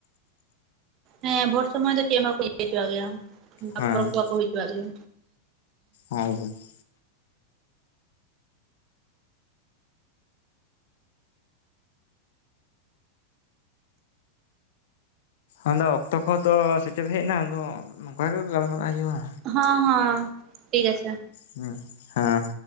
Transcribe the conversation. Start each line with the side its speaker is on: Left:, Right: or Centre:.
Right: ᱦᱮᱸ ᱵᱷᱳᱴ ᱥᱚᱢᱚᱭ ᱫᱚ ᱪᱮᱫ ᱦᱚᱸ ᱵᱟᱠᱚ ᱤᱭᱟᱹ ᱦᱚᱪᱚᱣᱟᱜ ᱜᱮᱭᱟ, ᱵᱟᱠᱚ
Left: ᱦᱮᱸ
Right: ᱯᱟᱨᱚᱵᱽ ᱠᱚ ᱵᱟᱠᱚ ᱦᱩᱭ ᱦᱚᱪᱚᱣᱟᱜ ᱜᱮᱭᱟ᱾
Left: <unintelligible> ᱟᱫᱚ ᱚᱠᱛᱚ ᱠᱚᱦᱚᱸ ᱛᱚ ᱥᱮᱴᱮᱨ ᱦᱮᱡ ᱮᱱᱟ, ᱟᱫᱚ ᱱᱚᱝᱠᱟ ᱜᱮ ᱜᱟᱞᱢᱟᱨᱟᱜ ᱦᱩᱭᱩᱜᱼᱟ᱾
Right: ᱦᱚᱸ ᱦᱚᱸ ᱴᱷᱤᱠ ᱟᱪᱷᱮ᱾
Left: ᱦᱩᱸ ᱦᱮᱸ᱾